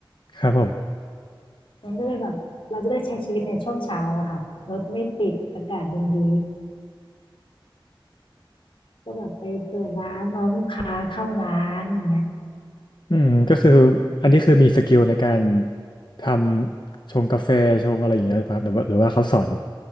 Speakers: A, on the left; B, on the left.
A: ครับผม
B: มันก็เลยแบบเราจะได้ใช้ชีวิตในช่วงเช้าอะค่ะรถไม่ติดอากาศยังดีก็แบบไปเปิดร้านรอลูกค้าเข้าร้านอย่างเงี้ย
A: อืมก็คืออันนี้คือมีสกิลในการทำชงกาแฟชงอะไรอย่างเงี้ยครับหรือว่าหรือว่าเขาสอน